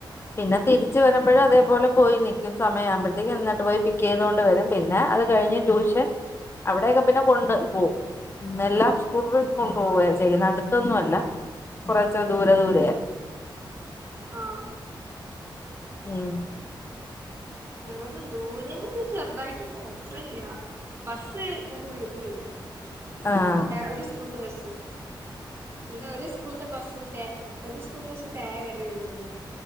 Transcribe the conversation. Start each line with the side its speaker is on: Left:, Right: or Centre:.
Left: പിന്നെ അച്ച വരുമ്പഴും അതേപലെ പോയി നക്ക് സമയയാവുമ്പോഴത്തേക്കും എന്നിട്ട് പോയി പിക്ക് ചെയ്തുക കൊണ്ടോവും പിന്നെ അത് കഴിഞ്ഞഞ് ടൂഷ അവിടൊക്കെ പിന്നെ കൊണ്ട്
Right: ഉം
Left: പോവും എല്ലാം സ്കൂട്ടറി കൊണ്ടുപോവ
Right: ആഹ്
Left: ചെയ്യുന്നടുത്ത് ഒന്നുമല്ല കുറച്ച് ദൂരെ ദൂരെ
Right: ആഹ
Left: ഉം
Right: ഞങ്ങളത് ദൂരന്ന് ചെറുതായിട്ട് പോത്രല്ല ബസ്സ് ഇങ്ങളടെ ഉള്ളിൽക്ക് വരും
Left: ആഹ്
Right: ഒരു സ്കൂൾത്തെ ബസ് പിന്നെ ഒരു സ്കൂളത്തെ ബസ് ഒരു സ്കൂളത്തെ ബസ് തേ വരന്ന്